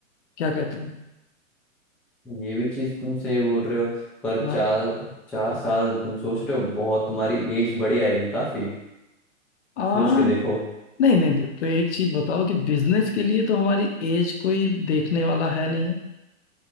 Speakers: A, on the left; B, in the centre.
A: क्या कहते हो
B: ये भी चीज तुम सही बोल रहे हो पर
A: हाँ
B: चार चार साल तुम सोच रहे हो बहुत तुम्हारी एज बड़ी आएगी काफी
A: आ,
B: सोच के देखो
A: नहीं नहीं नहीं, तो एक चीज़ बताओ कि बिजनेस के लिए तो हमारी एज कोई देखने वाला है नहीं